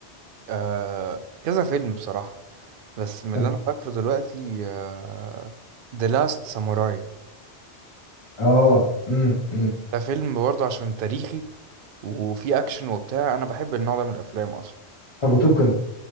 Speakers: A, on the right; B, on the left.
A: آه، كذا فيلم بصراحه بس من
B: كان-
A: اللي انا فاكره دلوقتي آه، The Last Samurai
B: اه امم امم
A: ده فيلم برضه عشان تاريخي وفيه اكشن وبتاع انا بحب النوع ده من الافلام اصلا
B: طب وتوب جن